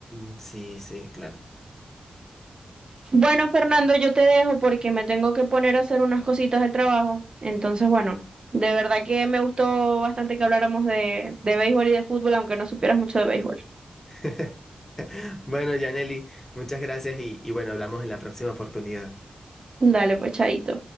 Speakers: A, on the left; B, on the right.
A: mm, sí, sí, claro.
B: Bueno, Fernando, yo te dejo porque me tengo que poner a hacer unas cositas del trabajo. Entonces, bueno, de verdad que me gustó bastante que habláramos de, de béisbol y de fútbol, aunque no supieras mucho de béisbol.
A: <laughs> Bueno, Yaneli, muchas gracias y, y bueno, hablamos en la próxima oportunidad.
B: Dale, pues, chaito.